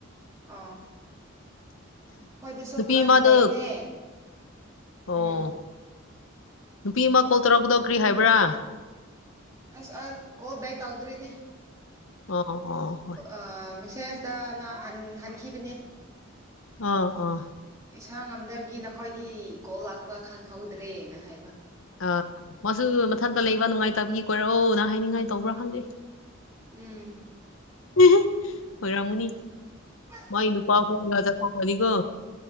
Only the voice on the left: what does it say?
ꯅꯨꯄꯤ
ꯑꯃꯗꯣ
ꯑꯣ
ꯅꯨꯄꯤ ꯑꯃ ꯀꯣꯜ ꯇꯧꯔꯛꯄꯗꯣ ꯀ꯭ꯔꯤ ꯍꯥꯏꯕ꯭ꯔꯥ꯫
ꯑꯣ ꯑꯣ ꯍꯣꯢ꯫
ꯑꫭ ꯑꫭ꯫
ꯑ ꯃꯁꯨ ꯃꯊꯟꯇ ꯂꯩꯕ ꯅꯨꯡꯉꯥꯏꯇꯕꯒꯤ ꯀꯣꯏꯔꯛꯑꯣꯅ ꯍꯥꯏꯅꯤꯡꯉꯥꯏ ꯇꯧꯕ꯭ꯔꯥ ꯈꯪꯗꯦ꯫
<inaudible> ꯑꯣꯢꯔꯝꯒꯅꯤ
ꯃꯒꯤ ꯅꯨꯄꯥ ꯈꯣꯢꯒ ꯆꯠꯊꯣꯈꯔꯅꯤꯀꯣ꯫